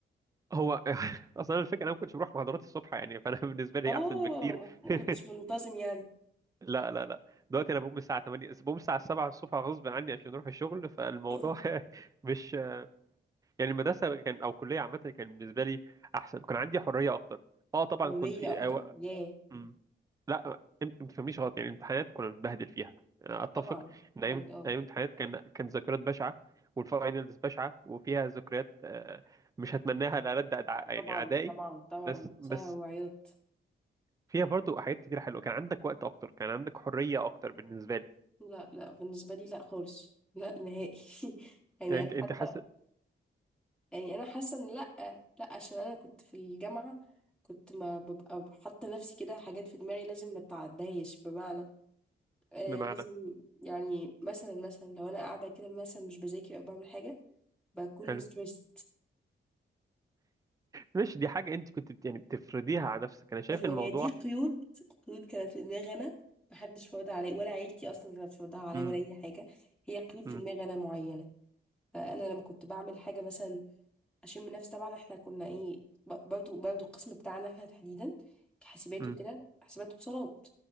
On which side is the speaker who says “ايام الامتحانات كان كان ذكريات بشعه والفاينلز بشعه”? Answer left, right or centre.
Right